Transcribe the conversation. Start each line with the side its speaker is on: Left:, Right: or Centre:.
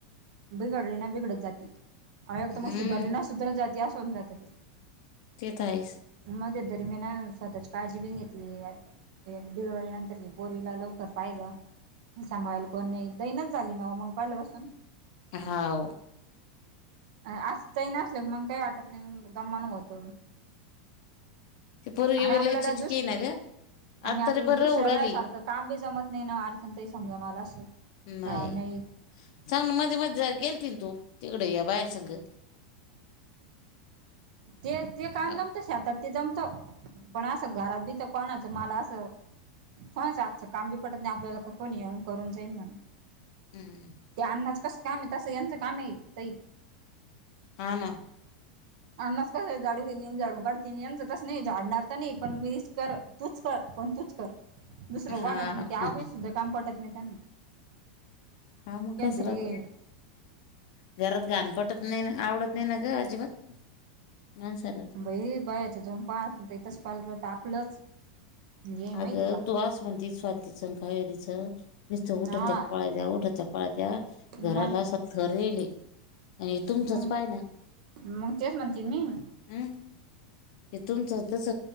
Right: बिघडली ना बिघडत जाती. आणि एकत
Left: हम्म
Right: मग सुधरली ना सुधरत जाते असं होऊन जात ते.
Left: ते तर आहेच.
Right: मध्यंतरी मी ना स्वतःची काळजी बि घेतलेली हाय. एक डिलिव्हरी नंतर ही पोरीला लवकर पाहिलं. हित सांभाळायला कोण नाही दैनाच झाली ना व मग पाहिल्या पासून.
Left: हाव.
Right: हा अस चैन असल्यावर मग काय वाटतं नाय मगं दमांन होत.
Left: पोरगी बी
Right: आपल्याला
Left: लई चिटकी
Right: दुस
Left: हाय ना ग.
Right: आणि
Left: आता
Right: आपल्याला
Left: तरी बरं
Right: दुसऱ्या
Left: होऊ राहिली
Right: बायासारखं काम बी जमत नाही ना अर्चना ताई समजा मला आस.
Left: नाही
Right: हा नाई.
Left: चांगलं मध्ये मध्ये जा गेलतीन तू तिकड या बाई संग.
Right: ते ते काम
Left: अ,
Right: जमतं शेतात ते जमत. पण असं घरात बिथ कोणाच मला अस कोणाच्या हातच काम बी पटत नाही आपल्याला कोणी येऊन करून जाईल म्हणून.
Left: हम्म.
Right: ते आण्णाचं कसं काम हाय तसं यांचं काम हाय ताई.
Left: हा ना.
Right: आण्णाचं कस हाय झाडू घेतील झाडू काढतील याचं तसं नाही झाडणार तर नाही पण मीच कर. तूच कर पण तूच कर दुसरं
Left: हा
Right: कोणाच नाही त्या
Left: हा
Right: आभयचं सुद्धा काम पटत नाही त्यांना.
Left: हा मग
Right: त्यांचं
Left: कस
Right: हे
Left: राहत. घरात घाण पटत नाही ना आवडत नाही ना ग अजिबात. माणसाला.
Right: बये बायाचं दोन पाय हात तसं पहायला गेलं तर आपलंच म्हणजे माहिती
Left: अगं
Right: का
Left: तू आस म्हणतीस स्वातीच आण कावेरीच. निसत उठत्यात
Right: हा
Left: पळत्यात उठत्या पाळत्या
Right: मग
Left: घराला आस थर यायले. आणि तुमचंच
Right: मग
Left: पायना.
Right: मग तेच म्हणते मी
Left: हम हे तूमचं तस